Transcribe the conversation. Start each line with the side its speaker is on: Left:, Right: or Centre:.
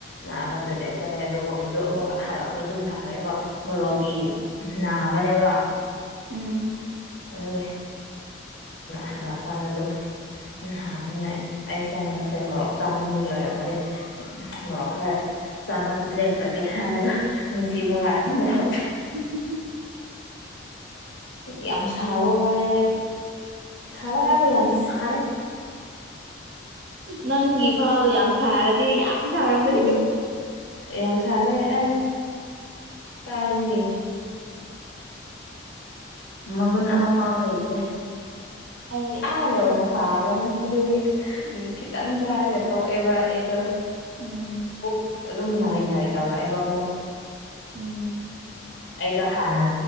Left: ꯅꯥꯑꯒ ꯇꯣꯏꯂꯦꯠ ꯆꯠꯂꯦ ꯑꯗꯨ ꯑꯗꯨ ꯑꯃꯨꯛ ꯍꯜꯂꯛꯑꯁꯨ ꯑꯗꯨꯝ ꯅꯥꯔꯦꯕ ꯃꯣꯔꯣꯛꯀꯤ ꯅꯥꯕꯅꯦꯕ
Right: ꯎꯝ
Left: ꯑꯗꯨꯒꯤ ꯍꯜꯂꯛꯑꯀꯥꯟꯗ ꯑꯗꯨꯝ ꯅꯍꯥꯕꯅꯤꯅ ꯑꯩꯁꯦ ꯍꯟꯗꯛꯁꯦ ꯃꯔꯣꯔꯣꯛ ꯆꯥꯃꯟꯕꯒꯤ ꯑꯣꯏꯔꯝꯒꯅꯤ ꯃꯣꯔꯣꯛ ꯈꯔ ꯆꯥꯕ ꯂꯦꯞꯈ꯭ꯔꯒꯦ ꯍꯥꯏꯔꯒ ꯉꯁꯤ ꯑꯃꯨꯛ ꯂꯥꯛꯑꯒ ꯃꯣꯔꯣꯛ
Right: <unintelligible>
Left: ꯌꯥꯝ ꯁꯥꯕ ꯋꯥꯔꯦꯗ ꯁꯥꯕ ꯍꯥꯏꯕ ꯌꯥꯝ ꯁꯥꯔꯦ
Right: ꯅꯪꯒꯤꯐꯥꯎ ꯌꯥꯝ ꯁꯥꯔꯗꯤ ꯌꯥꯝ ꯁꯥꯔꯝꯒꯅꯤ
Left: ꯎꯝ ꯌꯥꯝ ꯁꯥꯔꯦ ꯑꯁ ꯀꯥꯏꯒꯦ ꯃꯒꯨꯟ ꯑꯃ ꯐꯥꯎ ꯂꯩꯇ꯭ꯔꯦ
Right: ꯑ
Left: ꯆ ꯌꯧꯅ ꯁꯥꯕꯅꯦ ꯑꯗꯨꯒꯤ ꯈꯤꯇꯪ ꯆꯥꯔꯒ ꯇꯣꯛꯑꯦꯕ ꯑꯩꯗꯣ
Right: ꯎꯝ
Left: ꯄꯨꯛ ꯑꯗꯨꯝ ꯅꯥꯔꯤ ꯅꯥꯔꯤ ꯇꯧꯔꯛꯑꯦꯕ ꯑꯃꯨꯛ
Right: ꯎꯝ
Left: ꯑꯩꯗꯣ ꯍꯥꯟꯅ